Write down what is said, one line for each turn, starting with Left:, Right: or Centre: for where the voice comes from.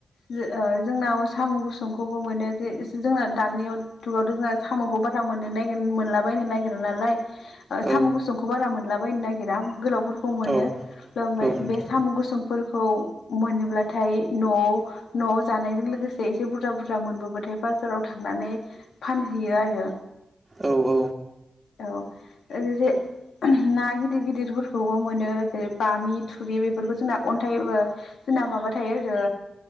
Left: जों ओ जोंनाव साम' गुसुंखौबो मोनो जे जोंना दानि जुगावथ' जोंङो साम'खौ बारा मोननो नागिर मोनलाबायनो नागिरा नालाय साम'
Right: औ
Left: गुसुं खौ बारा मोनलाबायायनो नागिरा गोलावफोरखौ मोनो
Right: औ
Left: ओमफ्राय
Right: नोंथां
Left: बे साम' गुसुंफोरखौ मोनोब्लाथाय न'आव न'आव जानायजों लोगोसे एसे बुरजा बुरजा मोनबोबथाय बाजाराव थांनानै फानहैयो आरो।
Right: औ औ
Left: औ ओरैजाय ना गिदिर गिदिरफोरखौबो मोनो बे बामि, थुरि, बेफोरखौ जोंना अन्थाइ ओ। जोंना माबा थायो ओ